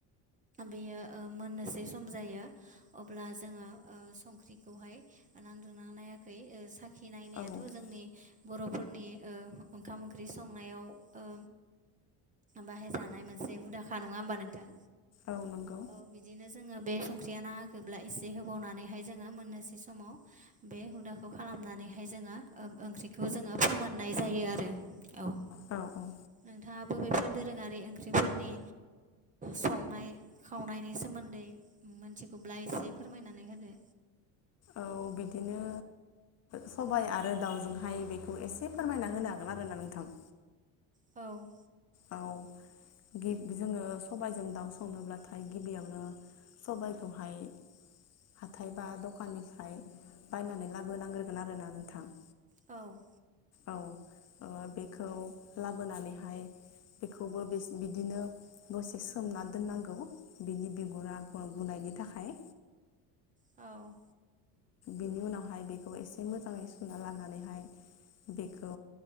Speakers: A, on the right; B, on the left.
A: बेयो ओ मोननोसै सम जायो अब्ला जोङो ओ संख्रिखौहाय नांदोंना नायाखै साखि नायनायाथ'
B: औ
A: जोंनि बर'फोरनि ओ ओंखाम ओंख्रि संनायाव ओ बाहाय जानाय मोनसे हुदाखा नङा होमबा नोंथां
B: औ नंगौ
A: औ बिदिनो जोङो बे संख्रिया नाङाखैब्ला एसे होबावनानैहाय जोङो मोननोसै समाव बे हुदाखौ खालामनानैहाय जोङो ओ ओंख्रिखौ जोङो फोमोननाय जायो आरो औ
B: औ औ
A: नोंथाङाबो बेफोर दोरोङारि ओंख्रिफोरनि संनाय खावनायनि सोमोन्दै मिथिगौब्ला एसे फोरमायनानै होदो
B: औ बिदिनो सबाय आरो दाउजोंहाय बेखौ एसे फोरमायना होनो हागोन आरोना नोंथां
A: औ
B: औ गिब जोङो सबायजों दाउ सनोब्लाथाय गिबियावनो सबाइखौहाय हाथाय बा दखाननिफ्राय बायनानै लाबोनांग्रोगोन आरोना नोंथां
A: औ
B: औ बेखौ लाबोनानैहाय बेखौबो बेस बिदिनो दसे सोमना दोननांगौ बिनि बिगुरा बुनायनि थाखाय
A: औ
B: बिनि उनावहाय बेखौ एसे मोजाङै सुना लानानैहाय बेखौ